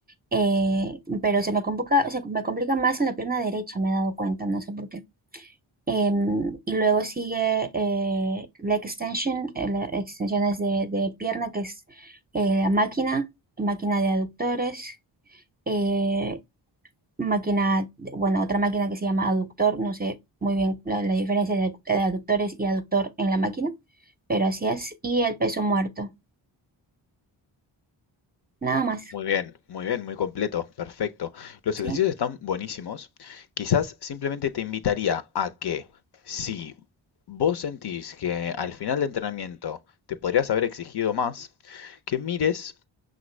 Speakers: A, on the right; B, on the left.
A: eh, pero se me complica, se me complica más en la pierna derecha, me he dado cuenta, no sé por qué. Em, y luego sigue eh, leg extension, eh, la extensión de, de pierna, que es eh, la máquina, máquina de aductores, eh, máquina, bueno, otra máquina que se llama aductor, no sé muy bien la, la diferencia de, de aductores y aductor en la máquina, pero así es, y el peso muerto, nada más.
B: Muy bien, muy bien, muy completo, perfecto. Los ejercicios
A: ¿sí?
B: están buenísimos. Quizás simplemente te invitaría a que si vos sentís que al final del entrenamiento te podrías haber exigido más, que mires